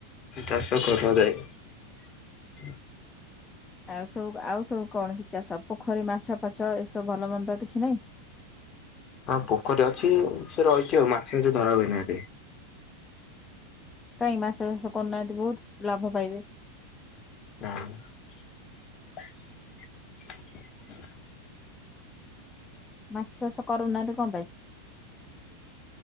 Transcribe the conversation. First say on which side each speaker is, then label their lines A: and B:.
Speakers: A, on the left; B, on the left.
A: ଚାଷ କରାଯାଏ।
B: ଆଉ ସବୁ ଆଉ ସବୁ କଣ କି ଚାଷ ପୋଖରୀ ମାଛ ଫାଛ ଏସବୁ ଭଲ ମନ୍ଦ କିଛି ନାଇଁ?
A: ହଁ ପୋଖରୀ ଅଛି ସେ ରହିଛି ଆଉ ମାଛ ମାଛ ଧରା ହୁଏନା ଏତେ
B: କାଇଁ ମାଛ ଚାଷ କରୁନାହାନ୍ତି ବହୁତ ଲାଭ ପାଇବେ।
A: <inaudible>
B: ମାଛ ଚାଷ <inaudible> କଣ ପାଇଁ?